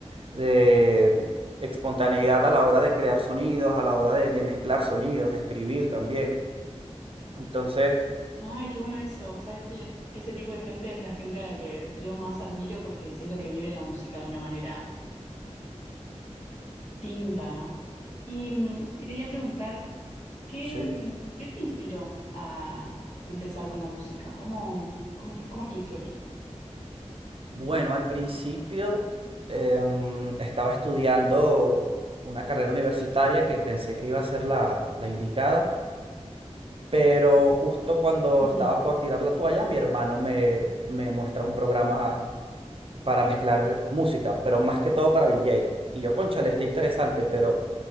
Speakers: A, on the right (about 50°); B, on the left (about 75°).
A: de espontaneidad a la hora de crear sonidos, a la hora de, de mezclar sonidos, de escribir también. Entonces,
B: Ay, qué bueno eso. Sabes que ese tipo de gente es la gente a la que yo más admiro porque siento que viven la música de una manera Tinta, ¿no? Y mm, te quería preguntar, ¿qué,
A: Sí.
B: mm, qué te inspiró a empezar con la música? ¿Cómo, cómo, f- cómo es tu historia?
A: bueno, al principio em, estaba estudiando una carrera universitaria que pensé que iba a ser la, la indicada, pero justo cuando
B: Ujú.
A: estaba por tirar la toalla, mi hermano me, me muestra un programa para mezclar música, pero más que todo para DJ. Y yo, cónchale, está interesante, pero